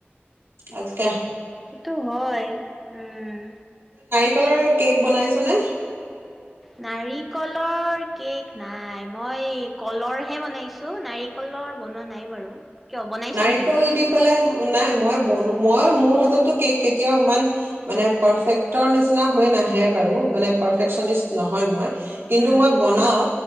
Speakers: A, on the right (about 70°); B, in the centre.
A: অকে।
B: সেটো হয়। উম।
A: <unintelligible> কেক বনাইছ নে?
B: নাৰিকলৰ কেক নাই, মই কলৰহে বনাইছোঁ। নাৰিকলৰ বনোৱা নাই বাৰু। কিয় বনাইছ
A: নাৰিকল
B: নেকি কেতিয়াবা
A: দি পেলাই অ' নাই। মই বনো, মই মোৰ হাততো কেক কেতিয়াও ইমান, মানে পাৰফেক্টৰ নিচিনা হৈ নাহে বাৰু। মানে পাৰফেকচনিষ্ট নহয় মই কিন্তু
B: উম
A: মই বনাওঁ